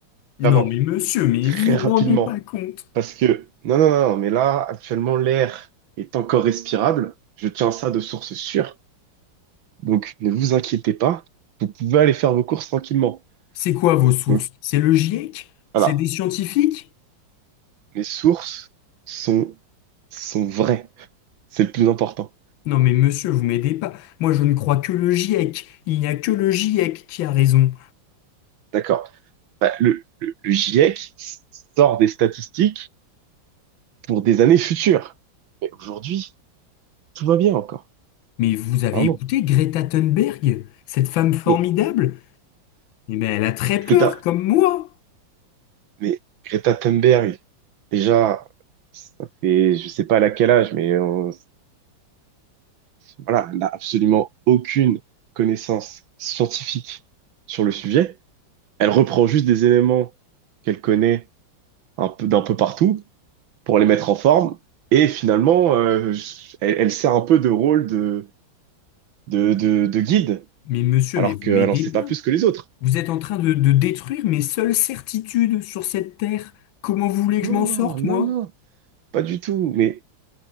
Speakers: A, on the left; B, on the right.
A: Non,
B: Vraiment.
A: mais monsieur, mais
B: Très
A: vous vous
B: rapidement.
A: rendez pas compte.
B: Parce que, non, non, non, mais là, actuellement, l'air est encore respirable. Je tiens ça de source sûre. Donc, ne vous inquiétez pas. Vous pouvez aller faire vos courses tranquillement.
A: C'est quoi vos sources?
B: Donc,
A: C'est le GIEC?
B: voilà.
A: C'est des scientifiques?
B: Mes sources sont, sont vraies. C'est le plus important.
A: Non, mais monsieur, vous m'aidez pas. Moi, je ne crois que le GIEC. Il n'y a que le GIEC qui a raison.
B: D'accord. Bah, le, le, le GIEC s- sort des statistiques pour des années futures. Mais aujourd'hui, tout va bien encore.
A: Mais vous avez
B: Vraiment.
A: écouté Greta Thunberg, cette femme formidable?
B: Mais,
A: Eh bien, elle a très
B: Greta,
A: peur, comme moi.
B: Mais Greta Thunberg, déjà, ça fait, je sais pas à quel âge, mais euh, voilà, elle n'a absolument aucune connaissance scientifique sur le sujet. Elle reprend juste des éléments qu'elle connaît un peu d'un peu partout pour les mettre en forme. Et finalement, euh, elle, elle sert un peu de rôle de, de, de, de guide,
A: Mais monsieur,
B: alors
A: mais vous
B: qu'elle
A: m'aidez
B: n'en sait
A: pas.
B: pas plus que les autres.
A: Vous êtes en train de, de détruire mes seules certitudes sur cette terre. Comment vous voulez
B: Non,
A: que je m'en sorte,
B: non,
A: moi?
B: non, pas du tout. Mais